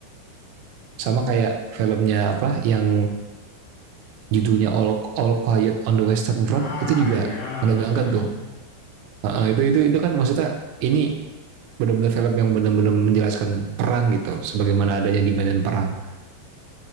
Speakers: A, on the right; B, on the left.
A: Sama
B: Mhm.
A: kayak filmnya apa yang judulnya All All Quiet on the Western Front
B: Ah,
A: itu juga
B: ya.
A: menegangkan tuh.
B: <laughs>
A: Nah, itu itu itu kan maksudnya ini benar-benar film yang benar-benar menjelaskan perang gitu sebagaimana adanya di medan perang